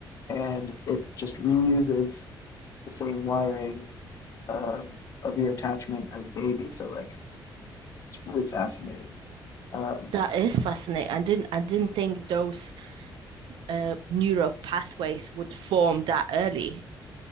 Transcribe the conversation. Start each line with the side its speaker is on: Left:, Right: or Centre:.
Left: and it just reuses the same wiring um, of your attachment as a baby. So like it's really fascinating. Um,
Right: That is fascinating. I didn't I didn't think those uh, neural pathways would form that early.